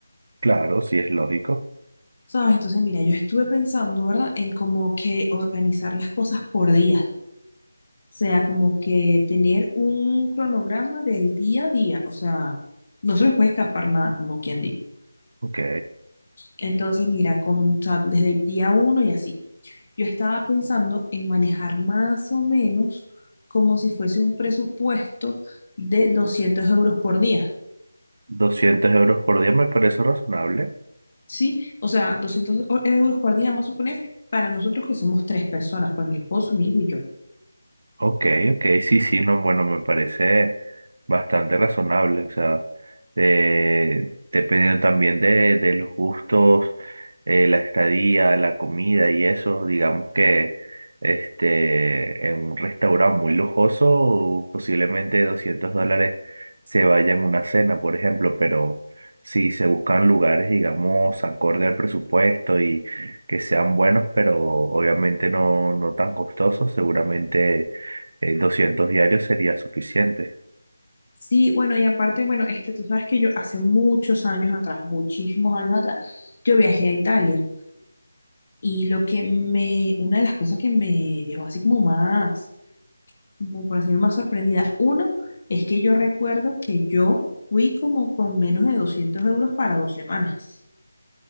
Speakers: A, on the right; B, on the left.
A: Claro, sí es lógico.
B: ¿sabes? Entonces mira, yo estuve pensando, ¿verdad? En como que organizar las cosas por día, o sea, como que tener un cronograma del día a día, o sea, no se nos puede escapar nada, como quien dice.
A: Ok,
B: Entonces mira, con, o sea, desde el día uno y así. Yo estaba pensando en manejar más o menos como si fuese un presupuesto de 200 euros por día,
A: doscientos euros por día me parece razonable.
B: ¿sí? O sea, doscientos o- euros por día, vamos a suponer, para nosotros que somos tres personas, pues mi esposo, mi hijo y yo.
A: Ok, ok, sí, sí, no, bueno, me parece bastante razonable, o sea, eh, dependiendo también de, de los gustos, eh, la estadía, la comida y eso, digamos que este, en un restaurante muy lujoso, posiblemente 200 dólares se vaya en una cena, por ejemplo, pero si se buscan lugares, digamos, acorde al presupuesto y que sean buenos, pero obviamente no, no tan costosos, seguramente eh, 200 diarios sería suficiente.
B: Sí, bueno, y aparte, bueno, este, tú sabes que yo hace muchos años atrás, muchísimos años atrás, yo viajé a Italia y lo que me, una de las cosas que me dejó así como más como por decir más sorprendida. Uno es que yo recuerdo que yo fui como con menos de 200 euros para dos semanas.